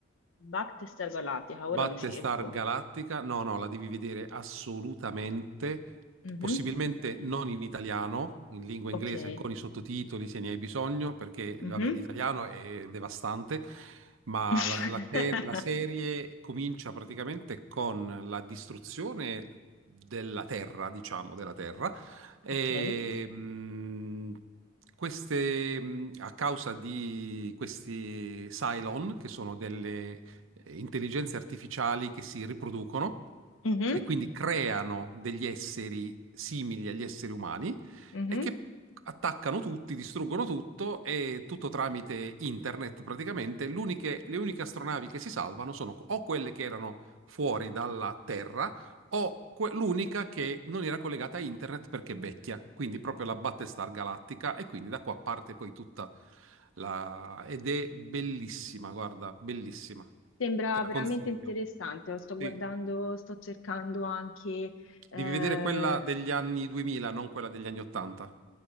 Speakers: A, on the left; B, on the right.
A: Battlestar Galactica,
B: Battlestar
A: ora lo cerco.
B: Galactica, no, no, la devi vedere assolutamente,
A: Mhm,
B: possibilmente non in italiano, in lingua
A: Ok.
B: inglese con i sottotitoli se ne hai bisogno, perché
A: Mhm.
B: vabbè, l'italiano è devastante, ma
A: <laughs>
B: la, la se- la serie comincia praticamente con la distruzione della Terra, diciamo, della Terra, e
A: Ok.
B: mh, queste, mh, a causa di questi Cylon, che sono delle eh, intelligenze artificiali che si riproducono
A: Mhm,
B: e quindi creano degli esseri simili agli esseri umani
A: mhm.
B: e che attaccano tutti, distruggono tutto e tutto tramite internet praticamente. L'uniche- le uniche astronavi che si salvano sono o quelle che erano fuori dalla Terra o que- l'unica che non era collegata a internet perché è vecchia, quindi proprio la Battlestar Galattica e quindi da qua parte poi tutta la... ed è bellissima, guarda, bellissima.
A: Sembra
B: Te la
A: veramente
B: consiglio.
A: interessante, lo sto
B: Sì.
A: guardando, sto cercando anche, eh,
B: Devi vedere quella degli anni 2000, non quella degli anni 80,